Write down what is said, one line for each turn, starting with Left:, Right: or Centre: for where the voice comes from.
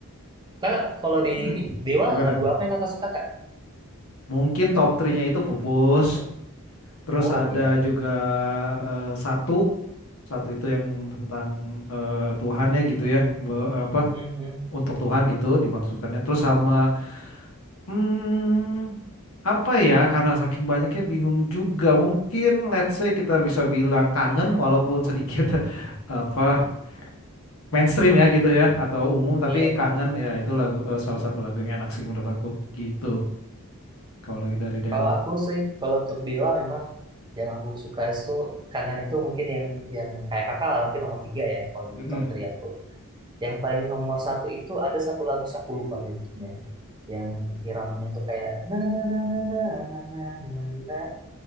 Right: Kak, kalau di
Left: Mm-mm.
Right: Dewa
Left: Gimana?
Right: lagu apa yang Kakak suka Kak?
Left: Mungkin top 3-nya itu pupus. Terus
Right: Oh
Left: ada
Right: iya, iya.
Left: juga eh, satu, satu itu yang tentang eh, Tuhan ya gitu ya, Be- apa
Right: Mhm,
Left: untuk Tuhan gitu dimaksudkannya. Terus
Right: mhm.
Left: sama hmm, apa ya? Karena saking banyaknya bingung juga. Mungkin let's say kita bisa bilang kangen, walaupun sedikit <laughs> apa mainstream ya gitu ya, atau umum tapi
Right: Iya,
Left: kangen
Right: benar.
Left: ya itu lagu eh, salah satu lagu yang enak sih menurut aku gitu. Kalau lagi dari Dewa.
Right: Kalau aku sih, kalau untuk Dewa memang yang aku suka itu kangen itu mungkin yang yang kayak kakak lah mungkin nomor tiga ya kalau di
Left: Mm-mm.
Right: top tiga aku Yang paling nomor satu itu ada satu lagu sih aku lupa liriknya. Yang iramanya tuh kayak na na na na na na na na na na